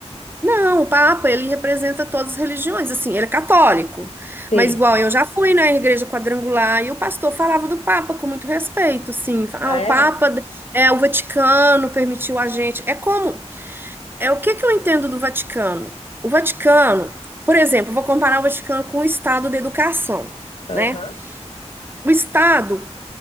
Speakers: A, on the right (about 20°); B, on the left (about 60°).
A: Não, o Papa, ele representa todas as religiões, assim, ele é católico.
B: Sim.
A: Mas igual eu já fui na igreja quadrangular e o pastor falava do Papa com muito respeito, sim. Ah,
B: Ah,
A: o
B: é?
A: Papa é o Vaticano permitiu a gente. É como, é o que que eu entendo do Vaticano? O Vaticano, por exemplo, eu vou comparar o Vaticano com o Estado da educação,
B: Aham.
A: né? O Estado